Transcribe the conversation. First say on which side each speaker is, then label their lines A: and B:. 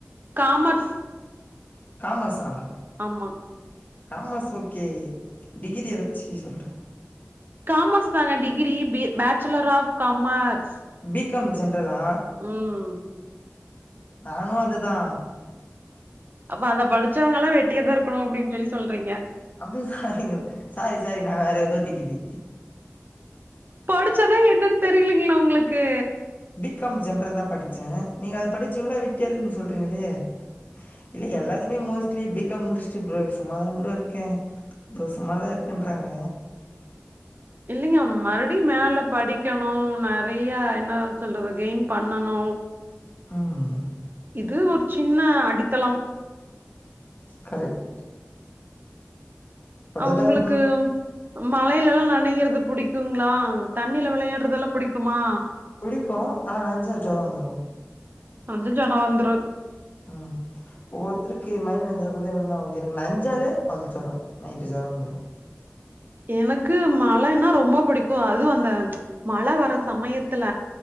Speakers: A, on the right; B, on the left.
A: காமர்ஸ்
B: காமர்ஸா
A: ஆமா
B: காமர்ஸ் ஓகே டிகிரி ஏதாச்சு சொல்றே
A: காமர்ஸ் தாங்க degree B A bachelor of commerce
B: B com ஜென்ரலா
A: ம்
B: நானு அது தா
A: அப்போ அதப் படிச்சவங்க எல்லா வெட்டியாதா இருக்கணு அப்பிடின்னு சொல்லி சொல்றீங்க
B: அப்டி சாரிங்கோ சாரி சாரி நா வேற எதோ டிகிரி
A: படிச்சதே என்னன்னு தெரியலீங்களா உங்களுக்கு
B: பி காம் ஜென்ரல் தா படிச்சே நீங்க அதப் படிச்சவங்கல்லா வெட்டியா இருக்குன்னு சொல்றீங்களே இல்ல எல்லாருமே மோஸ்ட்லி பி காம் முடிச்சுட்டு ப்ரோ சும்மாதா ப்ரோ இருக்கே ப்ரோ சும்மாதா இருக்கேன்றாங்க
A: இல்லங்க மறுபடியு மேல படிக்கணு நெறைய என்ன சொல்றது கெயின் பண்ணணு
B: ம்
A: இது ஒரு சின்ன அடித்தளம்
B: கரெக்ட் அதுதான்
A: அ உங்களுக்கு மழையில எல்லா நனையறது புடிக்குங்களா தண்ணில விளையாடுறதுல்லா புடிக்குமா
B: பிடிக்கு ஆனா நனஞ்சா ஜொர வந்துரு
A: அச்சச்சோ நா வந்துரு
B: ம் ஒவ்வொருத்தருக்கு மைல் நஞ்ச ஆகுதது ஒன்னு ஆகுது எனக்கு நஞ்சாலே ஜொர நைட்டு ஜொர வந்துரு
A: எனக்கு மழன்னா ரொம்ப புடிக்கு அதுவு அந்த மழ வர சமயத்துல